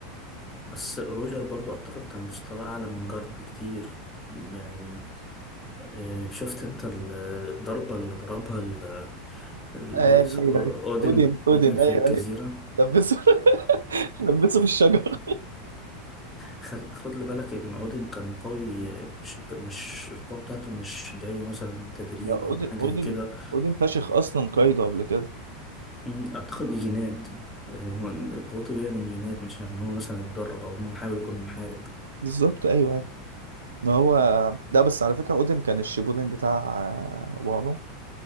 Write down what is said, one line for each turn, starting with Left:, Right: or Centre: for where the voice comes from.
Left: بس روجر برضو أعتقد كان مستواه أعلى من جارب بكتير يعني آه، شفت أنت ال- الضربة اللي ضربها ال- ال-
Right: ايوه
Left: اودن
Right: ايوه اودن اودن
Left: اودن في
Right: ايوه
Left: الجزيرة
Right: ايوه لبسه <laughs> لبسه في الشجر
Left: خل- خد لي بالك ان اودين كان قوي مش مش القوه بتاعته مش جايه مثلا من تدريب
Right: ده اودن
Left: او حاجه
Right: اودن
Left: زي كده
Right: اودن فشخ اصلا قايده قبل كده
Left: أمم، اعتقد دي جينات آه، هو قوته جايه من جينات مش ان هو مثلا اتدرب او ان هو حاول يكون محارب
Right: بالظبط ايوه ايوه ما هو ده بس على فكره اودن كان الشيبودن بتاع آه، وانو